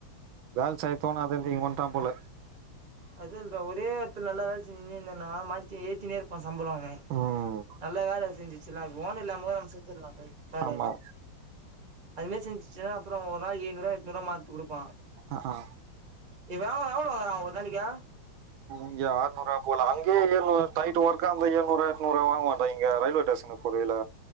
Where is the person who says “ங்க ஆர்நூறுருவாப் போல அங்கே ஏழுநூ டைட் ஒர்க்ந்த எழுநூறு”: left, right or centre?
Right